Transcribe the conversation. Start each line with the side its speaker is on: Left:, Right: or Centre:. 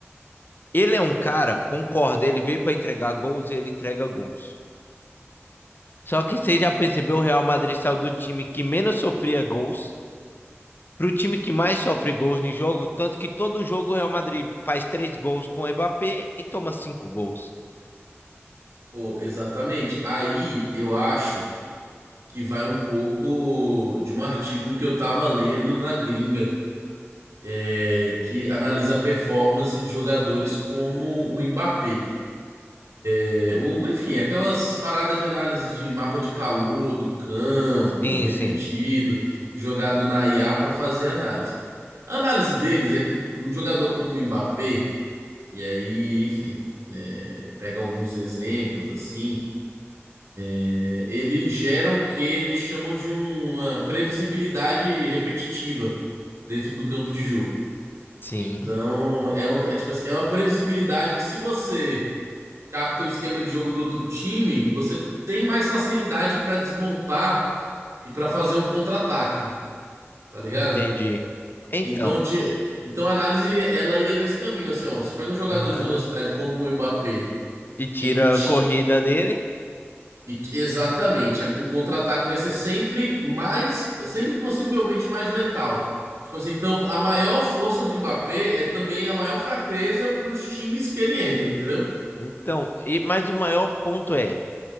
Left: ele é um cara, concordo, ele veio para entregar gols e ele entrega gols. Só que você já percebeu, o Real Madrid saiu do time que menos sofria gols para o time que mais sofre gols no jogo, tanto que todo jogo o Real Madrid faz três gols com o Mbappé e toma cinco gols.
Right: Pô, exatamente. Aí eu acho que vai um pouco de um artigo que eu tava lendo na gringa, é, que analisa a performance de jogadores como o Mbappé. É, o- enfim, aquelas paradas de análise de mapa de calor do campo,
Left: Sim,
Right: repetido,
Left: sim.
Right: jogado na IA para fazer análise. A análise deles é que um jogador como o Mbappé, e aí, enfim, é, pega alguns exemplos assim, é, ele gera o que eles chamam de uma previsibilidade repetitiva dentro do campo de jogo.
Left: Sim.
Right: Então, é uma, é, tipo assim, é uma previsibilidade que se você capta o esquema de jogo do outro time, você tem mais facilidade pra desmontar e pra fazer um contra-ataque, tá ligado?
Left: Entendi. Então,
Right: Então, te, então a análise ela ia nesse caminho, assim, ó, você pega um jogador
Left: aham.
Right: de velocidade como o Mbappé
Left: E tira
Right: em um time
Left: a corrida dele.
Right: e- exatamente, a- o contra-ataque vai ser sempre mais, sempre possivelmente mais letal. Tipo assim, então a maior força do Mbappé é também a maior fraqueza para os times que ele entra, entendeu?
Left: Então, e mas o maior ponto é,